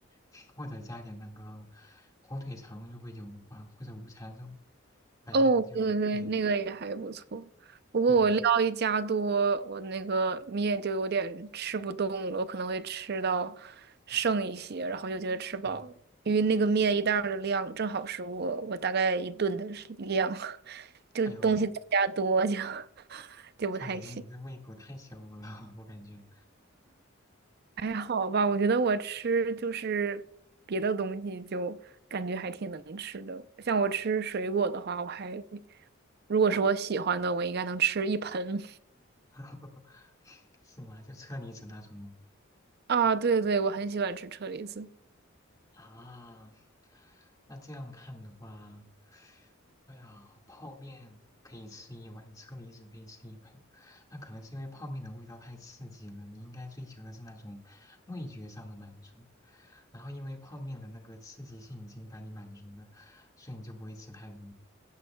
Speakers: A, on the left; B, on the right.
A: <sucks teeth> 或者加点那个火腿肠，如果有的话，或者午餐肉，反正就对
B: 哦，对对对，那个也还不错。不过我料一加多，
A: 对对对，
B: 我那个面就有点吃不动了，我可能会吃到剩一些，
A: 嗯
B: 然后就觉得吃饱了，
A: 嗯，
B: 因为那个面一袋儿的量正好是我我大概一顿的量，<laughs> 就东西再加多就
A: 哎呦。
B: <laughs> 就不太行。
A: 小姐姐，你这胃口太小了，<laughs> 我感觉。
B: 还好吧，我觉得我吃就是别的东西就感觉还挺能吃的。像我吃水果的话，我还如果是我喜欢的，我应该能吃一盆。
A: <laughs> 是吗？就车厘子那种吗？
B: 啊，对对，我很喜欢吃车厘子。
A: 啊，那这样看的话，哎呀，泡面可以吃一碗，车厘子可以吃一盆。那可能是因为泡面的味道太刺激了，你应该追求的是那种味觉上的满足。然后因为泡面的那个刺激性已经把你满足了，所以你就不会吃太多，